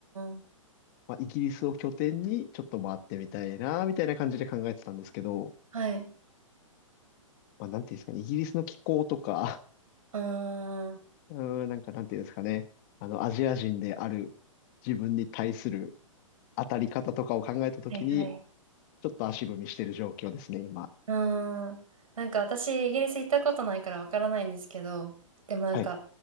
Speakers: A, on the right; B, on the left.
A: ん、
B: まあ、イギリスを拠点にちょっと回ってみたいな、みたいな感じで考えてたんですけど、
A: はい。
B: まあ、なんていうんですかね、イギリスの気候とか、
A: うーん、は
B: <laughs> うーん、なんかなんていうんですかね、あの、アジア人である自分に対する当たり方とかを考えたときに、
A: い、はい。
B: ちょっと足踏みしてる状況ですね、今。
A: うーん、なんか私、イギリス行ったことないからわからないんですけど、でもなんか、
B: はい